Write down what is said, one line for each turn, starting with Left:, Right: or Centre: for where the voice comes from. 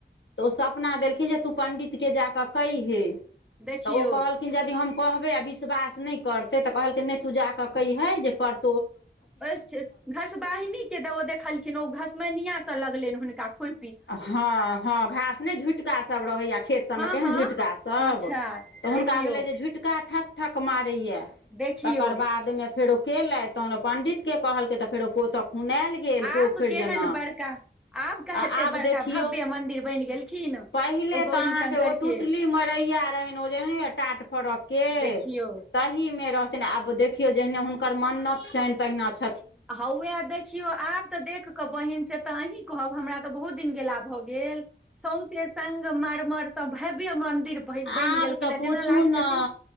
Left: तऽ ओ सपना देलखिन्ह जे तू पण्डितकेँ जा कऽ कयहें
Centre: देखियौ
Left: तऽ ओ कहल खिन यदि हम कहबै आ विश्वास नै करतै तऽ कहलकै नै तू जाकऽ कयहें जे कर
Centre: ओय से घसबहनी के द ओ देखलखिन्ह ओ घसबहनिया के लगलैन हुनका खुर
Left: हां-हां घास नै झुटकासभ रहै यै, खेत सबमें
Centre: हँ
Left: केहन
Centre: हँ
Left: झुटकासब
Centre: अच्छा
Left: तऽ हुनका
Centre: देखियौ
Left: भेलै जे झुटका ठक-ठक मारै यै
Centre: देखियौ
Left: तकर बादमे फेरो केलेथ तहन ओ पण्डितकेँ कहलकै तऽ फेरो ओता खुनायल गेल
Centre: आब
Left: पोखर
Centre: केहन
Left: जेना।
Centre: बड़का आब के
Left: आ
Centre: हेते
Left: आब
Centre: बड़का
Left: देखियौ,
Centre: भव्य मंदिर बनि गेलखिन
Left: पहिले
Centre: ओ गौरी
Left: तऽ अहाँके
Centre: शंकर
Left: ओ टुटली
Centre: के
Left: मरैया रहेन ओजे नै यै टाट फरक के
Centre: देखियौ
Left: तह ओहिमे रहथिन आब देखियो जहनै हुनकर मन्नत छैन तहिना छै।
Centre: हउवे देख खियो आब तऽ देख कऽ बहिन से तऽ अहीँ कहब हमरा तऽ बहुत दिन गेला भऽ गेल सउसे संगमरमर से भव्य मन्दिर बहिन बैन
Left: आब
Centre: गेलखिन
Left: तऽ
Centre: हें
Left: पूछू
Centre: जेना लागै
Left: ने
Centre: छथिन